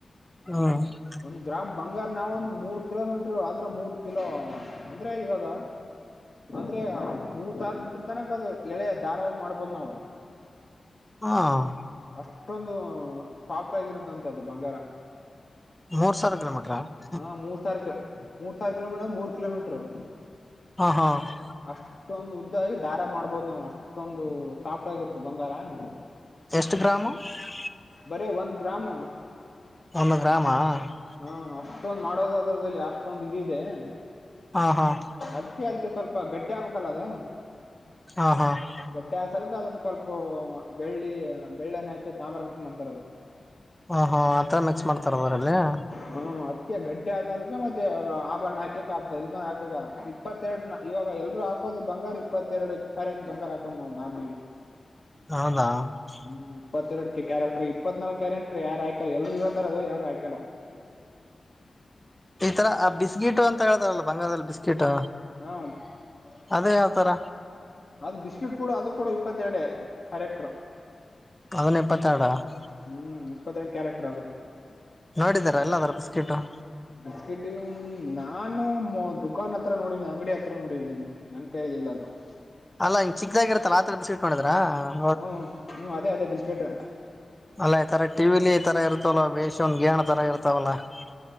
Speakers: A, in the centre; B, on the left.
A: ಹ. <inaudible>
B: ಒಂದ್, ಗ್ರಾಮ್ ಬಂಗಾರ! ನಾವು, ಒಂದು ಮೂರ್ ಕಿಲೋ ಮೀಟರು, ಅಂದ್ರೆ ಮೂರ್ ಕಿಲೋ? <inaudible> ಅಂದ್ರೆ, ಇವಾಗ? <inaudible> ಅಂದ್ರೆ, ಮೂರ್ ಸಾವಿರ ಮೀಟ್ರ! ತನಕ ಅದು ಎಳೆ, ಧಾರಾವಾಗಿ, ಮಾಡ್ಬೋದ್, ನಾವು? <unintelligible>
A: ಹಾ. <inaudible>
B: ಅಷ್ಟೊಂದು, ಸಾಫ್ಟ್, ಆಗಿರುತ್ತೆ, ಅಂತೇ, ಅದು ಬಂಗಾರ? <inaudible>
A: ಮೂರ್ ಸಾವಿರ, ಕಿಲೋಮಿಟರ? <inaudible>
B: ಹಾ, ಮೂರ್ ಸಾವಿರ, ಮೂರ್ ಸಾವಿರ ಕಿಲೋಮೀಟರ್, ಮೂರ್, ಕಿಲೋಮೀಟರು? <inaudible>
A: ಹಾ, ಹಾ! <inaudible>
B: ಅಷ್ಟೊಂದು, ಉದ್ದಾಗಿ! ದಾರ ಮಾಡ್ಬೋದು ನಾವು, ಅಷ್ಟು? <inaudible> ಅಷ್ಟೊಂದು, ಸಾಫ್ಟ್ ಆಗರುತ್ತ, ಬಂಗಾರ? <inaudible>
A: ಎಷ್ಟು, ಗ್ರಾಮು? <unintelligible>
B: ಬಾರೇ, ಒಂದು, ಗ್ರಾಮು. <unintelligible>
A: ಒಂದು, ಗ್ರಾಮ? <unintelligible>
B: ಹಾ, ಅಷ್ಟೊಂದ್ ಮಾಡೋದದ್ರದಲ್ಲಿ! ಅಷ್ಟೊಂದ್, ಇದಿದೆ? <inaudible>
A: ಹಾ, ಹಾ! <inaudible>
B: ಅದುಕೆ, ಅದ್ ಸ್ವಲ್ಪ, ಗಟ್ಟಿ ಆಗ್ಬೇಕಲ್ಲ ಅದು? <inaudible>
A: ಹ, ಹಾ! <inaudible>
B: ಗಟ್ಟೆ, ಅಕ್ಷಾಲ, ಸ್ವಲ್ಪ! ಅದಕ್ಕ ಸ್ವಲ್ಪ, ಬೆಳ್ಳಿ, ಬೆಳ್ಳನ, ತಗೊಂಡ್ ಬಾರಬೇಕು, ಅಂತಾರೆ ಅದಕ್ಕೆ? <unintelligible>
A: ಹ, ಹ, ಆತರ, ಮಿಕ್ಸ್! ಮಾಡ್ತಾರ, ಊರಲ್ಲಿ? <inaudible>
B: ಹ್ಮ, ಅದ್ಕ ಗಟ್ಟಿ ಆದಲ್ಗ, ಮತ್ತೆ, ಆಭರಣ ಹಾಕಕ್ಕ ಆಗ್ತ, ಇ ಹಾಕ? <inaudible> ಇಪ್ಪತ್ತೆರಡ್, ನ, ಇವಾಗ! ಎಲ್ರುೂ ಹಾಕೋದು, ಬಂಗಾರ, ಇಪ್ಪತ್ತೆರಡು, ಕ್ಯಾರೆಟ್ ಬಂಗಾರ, ಹಾಕೊಂಡ್, ನಾವ್, ನಾನ್, ನೀನು? <inaudible>
A: ಹೌದಾ! <inaudible>
B: ಹ್ಮ್, ಇಪ್ಪತ್ತೆರಡ್! ಕ್ಯಾರೆಕ್ಟರ್, ಇಪ್ಪತ್ತನಾಲ್ಕು, ಕ್ಯಾರೆಕ್ಟರ್, ಯಾರು ಹಾಕಿಲ್ಲ, ಎಲ್ಲರೂ, ಇರೋ ಬರೋ ಯಾರು ಹಾಕಿಲ್ಲ? <inaudible>
A: ಈ, ತರ ಬಿಸ್ಕೀಟು! ಅಂತ, ಹೇಳ್ತಾರಲ್ಲ ಬಂಗಾರದಲ್ಲಿ, ಬಿಸ್ಕಿಟ್? <inaudible>
B: ಹಾ. <unintelligible>
A: ಅದೇ ಯಾವ್ತರ
B: ಅದು, ಬಿಸ್ಕಿಟ್, ಕೂಡ! ಅದು, ಕೂಡ ಇಪ್ಪತ್ತೆರಡೆ, ಕರೆಕ್ಟರ್? <inaudible>
A: ಅದನ್ನು, ಇಪ್ಪತ್ತೆರಡು, ಅ? <inaudible>
B: ಹ್ಮ್, ಇಪ್ಪತ್ತೆರಡು, ಕ್ಯಾರೆಕ್ಟರ್ ಅದು? <inaudible>
A: ನೋಡಿದರಲ್ಲ! Hour biscuit? <inaudible>
B: ಬಿಸ್ಕಿಟ, ನಾನು ದುಖಾನ್ ಹತ್ರ ನೋಡಿದಿನಿ ಅಂಗಡಿ, ಹತ್ರ ನೋಡಿದ್ದೀನಿ? <unintelligible> ನಮ, ಕೈಯಲಿ ಇಲ್ಲ ಅದು? <inaudible>
A: ಅಲ್ಲ, ಹಿಂಗ ಚಿಕ್ಕದಾಗಿರುತ್ತಲಾ, ಅತರ, ಬಿಸ್ಕೆಟ್ ನೋಡಿದರ? <inaudible>
B: ಹ್ಮ, ಅದೇ, ಅದೇ, ಬಿಸ್ಕೆಟೆ? <inaudible>
A: ಅಲ್ಲ, ಈ ತರ ಟಿವಿಲಿ, ಇತರ ಇರ್ತವಲ್ಲ ಬೇಸ್ ಒಂದ್ ಗಾನ ತರ ಇರ್ತವಲ್ಲ? <unintelligible>